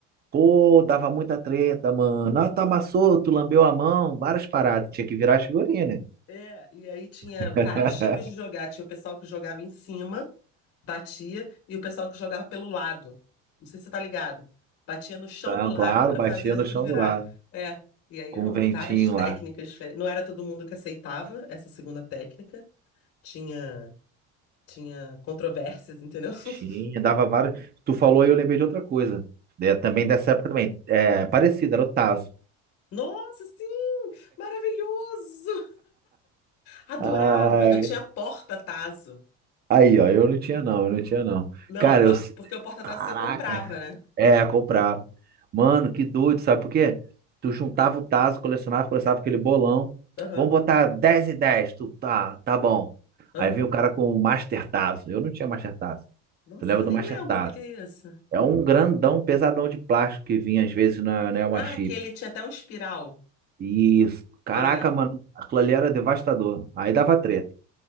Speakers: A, on the right; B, on the left.
A: Pô, dava muita treta, mano. Ah, tu amassou, tu lambeu a mão, várias paradas. Tinha que virar as figurinhas, né?
B: É, e aí tinha
A: <laughs>
B: vários tipos de jogar. Tinha o pessoal que jogava em cima batia e o pessoal que jogava pelo lado. Não sei se você tá ligado. Batia no chão
A: Não,
B: do lado
A: claro,
B: para
A: batia
B: fazer as
A: no
B: outras
A: chão
B: virarem.
A: do lado,
B: É, e aí
A: com
B: eram
A: o ventinho
B: várias técnicas
A: lá.
B: diferentes. Não era todo mundo que aceitava essa segunda técnica. Tinha tinha controvérsias, entendeu? <laughs>
A: Tinha, dava vários. Tu falou e eu lembrei de outra coisa. É, também dessa época também. É, parecido, era o Tazo.
B: Nossa, sim! Maravilhoso! Adorava.
A: Ai,
B: Eu tinha porta-tazo.
A: aí, ó, eu não tinha não, eu não tinha não.
B: Não,
A: Cara,
B: po-
A: eu.
B: porque o porta-tazo
A: Caraca.
B: você comprava, né?
A: É, comprava. Mano, que doido, sabe por quê? Tu juntava o tazo, colecionava, colecionava aquele bolão.
B: Aham,
A: Vamos botar dez e dez, Tu, tá, tá bom.
B: aham.
A: Aí vinha o cara com o Master Tazo. Eu não tinha Master Tazo.
B: Nossa,
A: Tu leva
B: eu
A: do
B: nem
A: Master
B: lembro
A: Tazo.
B: o que que é isso.
A: É um grandão, pesadão de plástico que vinha às vezes na Nelma
B: Ah,
A: Chips.
B: aquele tinha até um espiral.
A: Isso. Caraca,
B: Tô ligado.
A: mano, aquilo ali era devastador. Aí dava treta.